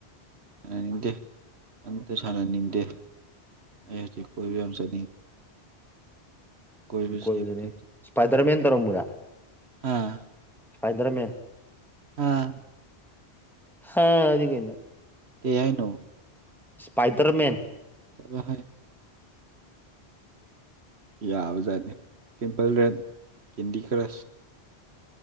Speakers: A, on the right; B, in the centre.
A: ꯅꯤꯡꯗꯦ ꯑꯇ ꯁꯅꯅꯤꯡꯗꯦ ꯑꯩ ꯍꯧꯖꯤꯛ ꯀꯣꯏꯕ ꯌꯥꯝ ꯆꯠꯅꯤꯡꯉꯤ ꯀꯣꯏꯕꯁꯦ
B: ꯀꯣꯏꯕꯗꯨꯅꯦ
A: ꯑꯝꯇ
B: ꯏꯁꯄꯥꯏꯗꯔꯃꯦꯟ ꯇꯧꯔꯝꯃꯔꯥ
A: ꯑꯥ
B: ꯏꯁꯄꯥꯏꯗꯔꯃꯦꯟ
A: ꯑꯥ
B: ꯍꯥ ꯑꯗꯨ ꯀꯩꯅ
A: ꯀꯌꯥꯏꯅꯣ
B: ꯏꯁꯄꯥꯏꯇꯔ ꯃꯦꯟ
A: ꯆꯠꯂꯣ ꯍꯥꯏ ꯌꯥꯕꯖꯥꯠꯅꯤ ꯇꯤꯝꯄꯜ ꯔꯦꯠ ꯀꯦꯟꯗꯤ ꯀ꯭ꯔꯁ